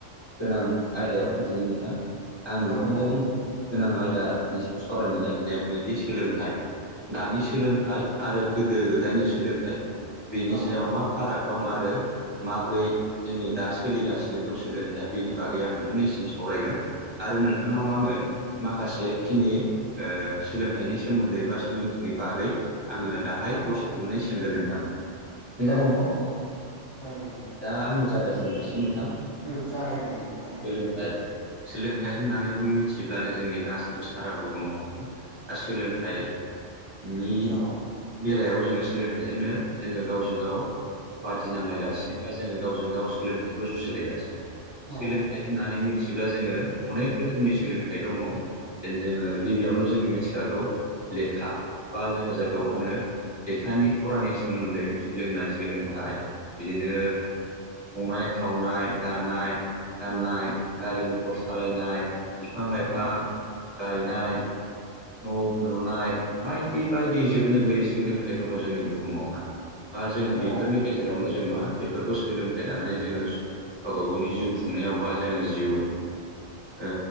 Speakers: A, on the right; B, on the left.
A: गोनां आयदायाव फैदिनो नोंथां, आं नोंथांजों
B: औ औ
A: गोनां आयदानि सायाव सावरायनो नागिरनाया बेनोदि सोलोंथाइ दानि सोलोंथाइ आरो गोदो गोदायनि सोलोंथाइ बेनि
B: औ
A: सायाव
B: औ
A: मा फाराग दं आरो माब्रै जोंनि दा सोलिगासिनो दं सोलोंथाइया? बेनि बागै आं नोंथांनिसिम सावरायगोन आरो नोंथांनाव
B: औ
A: आङो माखासे जेखिनि ओ सोलोंथाइनि सोमोन्दै बा सोलोंथनि बागै आङो दाहाय
B: औ
A: दसे थानानै सोंगोन नोंथां। दे जागोन
B: औ
A: नोंथां,
B: औ औ जायो नोंथां
A: दा आंनो जागायजेननोसै नोंथां।
B: औ जागायदे नोंथां जागायदो
A: सोलोंथाइ
B: दे
A: सोलोंथाइ होननानै मिथियोब्लानो जोंनि गासिबो सारा बुहुमाव दा सोलोंथाइ - नि
B: औ
A: बेलायाव जोङो सोलोंथाइजोंनो जोङो गावजों गाव बादि नांलायगासिनो बा जोङो जों गाव सोलोंथाइखौ जुजिलायगासिनो
B: औ
A: सोलोंथ होननानै मि थिब्ला जोङो अनेक रोखोमनि सोलोंथाइ दङ जेन जोङो गिबियावनो जोङो मिथिखागौ। लेखा बा जोङो जायखौ
B: औ
A: होनो लेखानि फरानि सोमोन्दै सोलोंनाय सोलोंथाइ
B: औ
A: बिदिनो संनाय-खावनाय, दानाय-गाननाय, गारि-मथर सालायनाय बिफां-लाइफां
B: औ
A: गायनाय न' लुनाय बायदि बायदि जोबनो गैयै सोलोंथाइ दङ जोंनि बुहुमावहाय। बा जोङो
B: दङ
A: बेफोरनि
B: नोंथां
A: गेजेरावनो
B: दङ
A: जों मा बेफोरखौ सोलोंथाइ लानानै जोङो गावबा गावनि जिउ खुंनायाव बा जोङो जिउ ओ